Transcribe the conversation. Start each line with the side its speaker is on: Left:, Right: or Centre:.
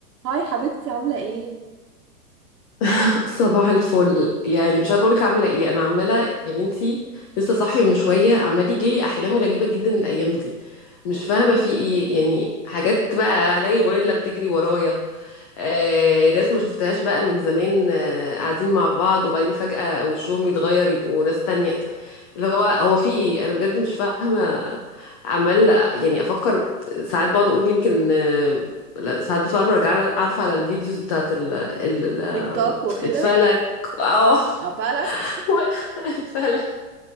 Right: هاي حبيبتي عاملة ايه؟
Left: <laughs> صباح الفل يعني مش عارفه اقولك عامله ايه انا عماله يا بنتي لسه صاحيه من شويه عمال يجيلي احلام غريبه جدا الايام دي مش فاهمه في ايه يعني حاجات بقى الاقي غوريلا بتجري ورايا آه، ناس ما شفتهاش بقى من زمان آه، قاعدين مع بعض وبعدين فجأة وشهم يتغير يبقوا ناس تانية اللي هو هو في ايه انا بجد مش فاهمة عمال يعني افكر ساعات بقعد اقول يمكن آه، لا، ساعات بتفرج على- عارفة على الفيديوز بتاعت ال ال ال-
Right: تيك توك وكده
Left: الفلك اه
Right: قفلك
Left: <laughs> الفلك